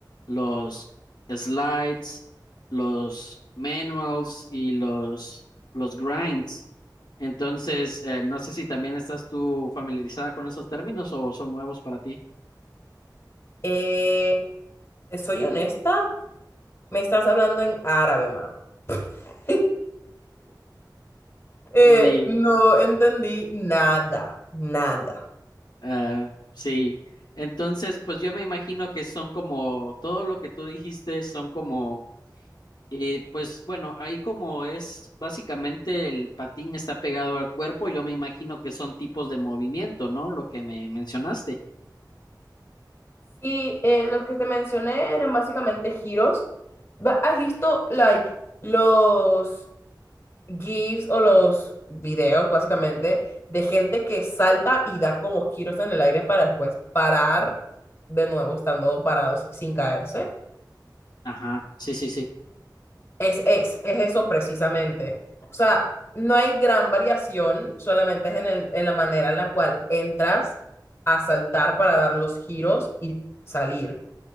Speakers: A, on the left; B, on the left.
A: los slides, los manuals y los, los grinds. Entonces, eh, no sé si también estás tú familiarizada con esos términos o son nuevos para ti.
B: Eh, te soy honesta, me estás hablando en árabe, mano. <laughs>
A: sí
B: Eh, no entendí nada, nada.
A: Ah, sí. Entonces, pues yo me imagino que son como, todo lo que tú dijiste son como, eh, pues bueno, ahí como es, básicamente el patín está pegado al cuerpo, yo me imagino que son tipos de movimiento, ¿no? Lo que me mencionaste.
B: Sí, eh, los que te mencioné eran básicamente giros. Ba- ¿Has visto like, los GIFs o los videos, básicamente, de gente que salta y da como giros en el aire para después parar de nuevo estando parados sin caerse.
A: Ajá, sí, sí, sí.
B: Es, es, es eso precisamente. O sea, no hay gran variación, solamente es en el- en la manera en la cual entras a saltar para dar los giros y salir.